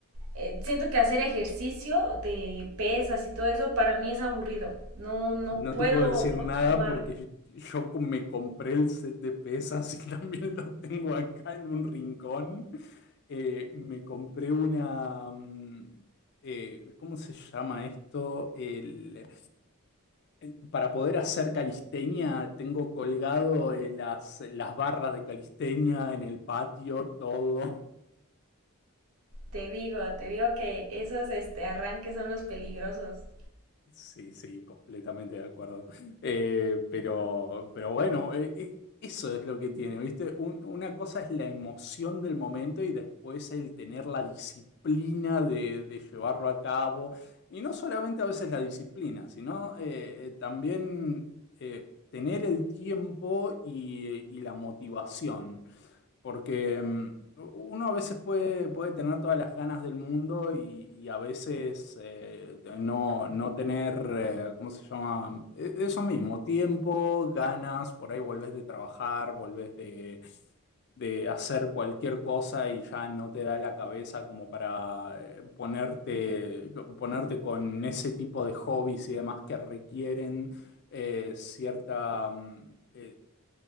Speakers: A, on the right; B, on the left.
A: eh, siento que hacer ejercicio de pesas y todo eso para mí es aburrido, no, no
B: No
A: puedo
B: te puedo decir
A: continuar,
B: nada porque yo me compré el set de pesas y <laughs> también lo tengo acá en un rincón. Eh, me compré una. mm, eh, ¿cómo se llama esto? El, el- para poder hacer calistenia, tengo colgado eh, las, las barras de calistenia en el patio, todo.
A: te digo, te digo que esos este, arranques son los peligrosos,
B: Sí, sí, completamente de acuerdo. Eh, pero, pero bueno, eh, eh, eso es lo que tiene, ¿viste? Un- una cosa es la emoción del momento y después el tener la disciplina de, de llevarlo a cabo. Y no solamente a veces la disciplina, sino eh, eh, también eh, tener el tiempo y, eh, y la motivación. Porque mm, uno a veces puede, puede tener todas las ganas del mundo y, y a veces eh, no, no tener, eh, ¿cómo se llama? E- Eso mismo, tiempo, ganas, por ahí volvés de trabajar, volvés de, de hacer cualquier cosa y ya no te da la cabeza como para eh, ponerte, ponerte con ese tipo de hobbies y demás que requieren eh, cierta, mm, eh,